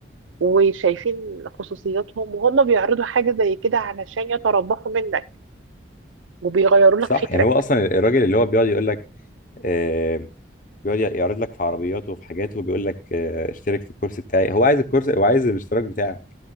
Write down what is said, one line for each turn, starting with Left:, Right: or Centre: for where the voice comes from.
Right: وشايفين خصوصياتهم وهم بيعرضوا حاجة زي كده علشان يتربحوا منك وبيغيروا
Left: صح
Right: لك فكرك
Left: يعني هو اصلا الراجل اللي هو بيقعد يقول لك آه بيقعد يعرض لك في عربياته وفي حاجاته وبيقول لك آه اشترك في الكورس بتاعي هو عايز الكورس هو عايز الاشتراك بتاعك